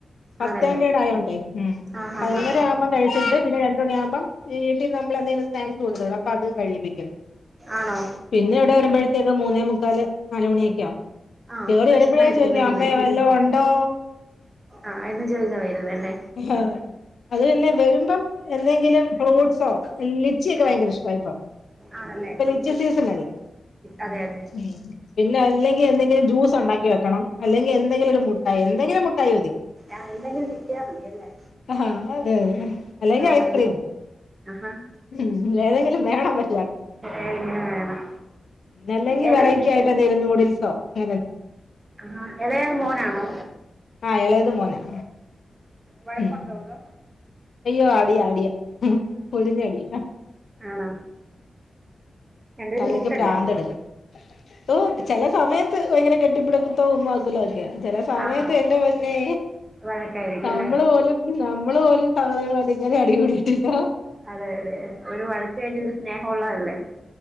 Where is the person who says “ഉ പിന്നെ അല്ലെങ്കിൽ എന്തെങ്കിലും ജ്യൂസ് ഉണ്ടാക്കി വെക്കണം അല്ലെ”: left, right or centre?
Left